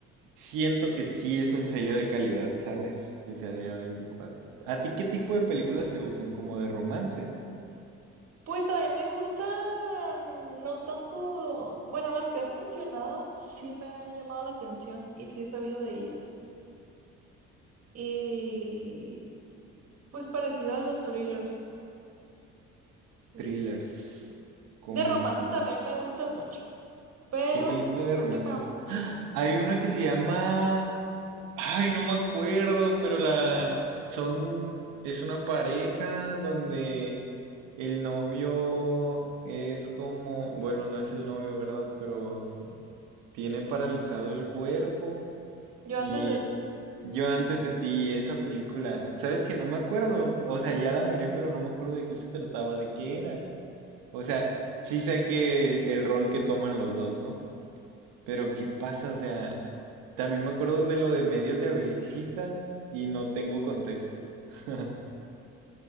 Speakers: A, on the right (about 85°); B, on the right (about 50°).
A: siento que sí es un sello de calidad, ¿sabes? Que sea de a veinticuatro. ¿A ti qué tipo de películas te gustan? ¿Como de romance?
B: Pues a mí me gustan, no tanto, bueno, las que has mencionado sí me han llamado la atención y sí he sabido de ellas. Y pues parecido a los thrillers. Sí.
A: ¿Thrillers? ¿Como
B: De romance también me gustan mucho, pero
A: qué película de
B: última,
A: romance es? ¡Ah! Hay una que se llama Ay, no me acuerdo, pero la son es una pareja donde el novio es como, bueno, no es el novio, ¿verdad? Pero tiene paralizado el cuerpo
B: yo
A: y
B: antes de ti,
A: yo antes de ti, esa película, sabes que no me acuerdo, o sea, ya la miré, pero no me acuerdo de qué se trataba, de qué era. O sea, sí sé que el rol que toman los dos, ¿no? Pero ¿qué pasa? O sea, también me acuerdo de lo de medias de abejitas y no tengo contexto. <laughs>